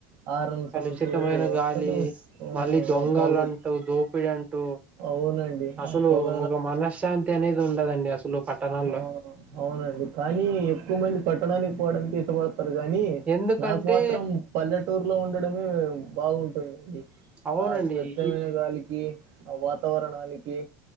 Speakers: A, on the right; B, on the right.
A: హారన్
B: కలుషితమైన
A: సౌండ్స్
B: గాలి
A: అసలు హ్మ్.
B: మళ్ళీ దొంగలంటూ
A: ఆ పొగ
B: దోపిడంటూ
A: అవునండి
B: అసలూ
A: ఆ పొగ
B: ఒక మనశ్శాంతి అనేది ఉండదండి అసలు పట్టణాల్లో
A: ఆ అవునండి కానీ ఎక్కుమంది పట్టడానికి పోవడానికి ఇష్టపడ్ తారు గాని
B: ఎందుకంటే
A: నాకు మాత్రం పల్లెటూర్లో ఉండడమే బాగుంట్ టుంది
B: అవునండి
A: ఆ స్వచ్ఛమైన
B: ఈ
A: గాలికి ఆ వాతావరణానికి